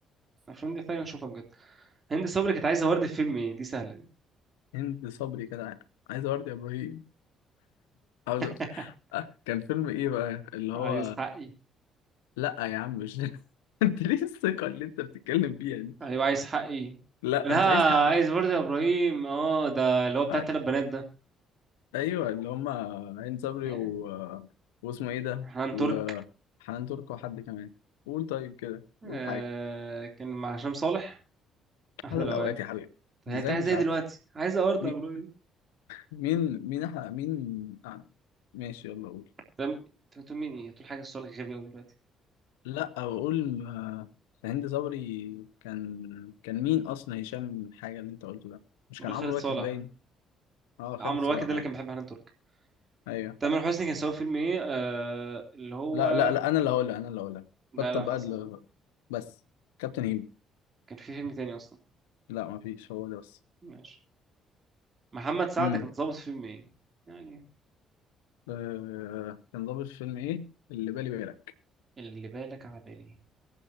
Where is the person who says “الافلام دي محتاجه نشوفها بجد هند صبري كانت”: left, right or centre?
Right